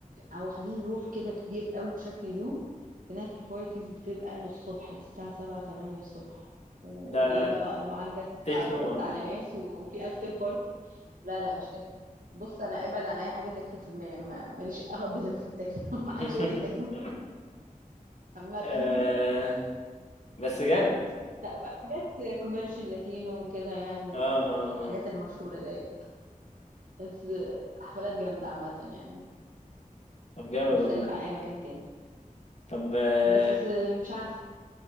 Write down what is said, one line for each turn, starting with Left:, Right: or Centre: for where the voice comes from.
Right: او واخدين روف كده كبير قوي بشكل يو هناك البارتيز بتبقى للصبح للساعة سبعة تمانية الصبح وايه
Left: ده
Right: بقى لو عندك اتعرفت
Left: تكنو ولا
Right: على
Left: إيه؟
Right: ناس و- وفي افتر بارتي لا لا مش تكنو بص انا ابعد عن اي حاجه تكنو في دماغي انا ما- ماليش ابدا في التكنو <laughs> ما
Left: <laughs>
Right: حدش يقول لي تكنو عامه
Left: آه
Right: <laughs>
Left: بس جامد
Right: لا بقى حاجات كوميرشال لاتينو وكده يعني
Left: اه اه اه
Right: الحاجات المشهوره ديت بس حفلات جامده عامه يعني
Left: طب جامد
Right: مختلفه
Left: والله
Right: عن اي مكان تاني
Left: طب آه
Right: بس مش عارفه